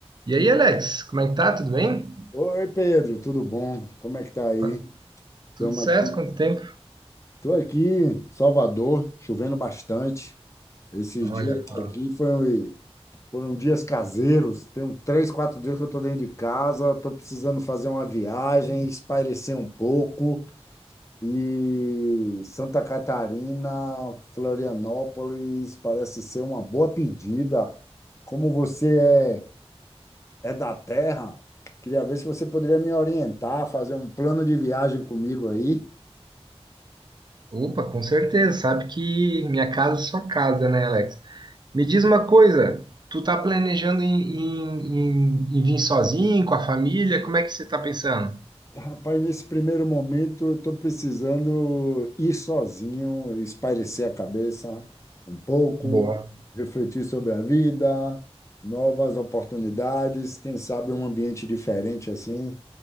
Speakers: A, on the right (about 45°); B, on the left (about 25°).
A: E aí, Alex, como é que tá? Tudo bem?
B: Oi, Pedro, tudo bom? Como é que tá aí?
A: Quanto-
B: Estamos
A: Tudo certo?
B: aqui.
A: Quanto tempo?
B: Estou aqui em Salvador, chovendo bastante. Esses
A: Olha
B: dias
A: só.
B: aqui foram, foram dias caseiros. Tem uns três, quatro dias que eu estou dentro de casa. Estou precisando fazer uma viagem, espairecer um pouco. E Santa Catarina, Florianópolis, parece ser uma boa pedida. Como você é é da terra. Queria ver se você poderia me orientar, fazer um plano de viagem comigo aí.
A: Opa, com certeza. Sabe que minha casa é sua casa, né, Alex? Me diz uma coisa, tu tá planejando em, em- em- em vir sozinho, com a família? Como é que você tá pensando?
B: Rapaz, nesse primeiro momento, eu estou precisando ir sozinho, espairecer a cabeça um pouco,
A: Boa.
B: refletir sobre a vida, novas oportunidades, quem sabe um ambiente diferente assim,